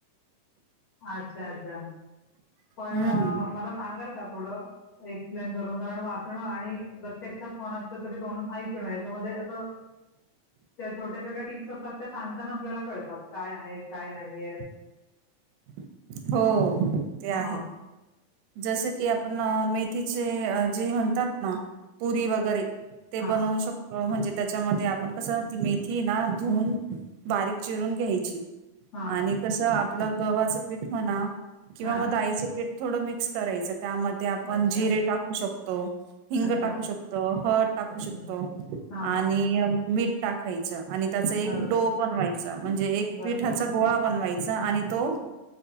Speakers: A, on the left; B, on the right.
A: अच्छा अच्छा पण
B: हम्म.
A: मला सांगाल का थोडं एक्सप्लेन करून कारण वाचणं आणि प्रत्यक्षात कोणालंं तरी तोंडून ऐकणं याच्यामध्ये अ त्या छोट्या छोट्या टिप्स असतात त्या सांगताना आपल्याला कळतात काय आहे काय नाहीय
B: <inaudible> हो ते आहे
A: हा
B: जसं की आपण मेथीचे जे म्हणतात ना पुरी वगैरे ते
A: हा
B: बनवू शकतो म्हणजे त्याच्यामध्ये आपण कसं ती मेथी ना धुून बारीक चिरून घ्यायची
A: हा
B: आणि कस आपलं गवा्हाचं पीठ म्हणा किंवा
A: हा
B: मग आईचं पीठ थोडं मिक्स करायचं त्यामध्ये आपण
A: अच्छा
B: जिरे टाकू शकतो हिंग
A: अच्छा
B: टाकू शकतो हद टाकू
A: अच्छा
B: शकतो
A: हा
B: आणि
A: हा
B: मीठ टाकायचं आणि त्याचा एक
A: बरोबर
B: डो बनवायचा म्हणजे एक पिठाचा
A: बर
B: गोळा बनवायचा आणि तो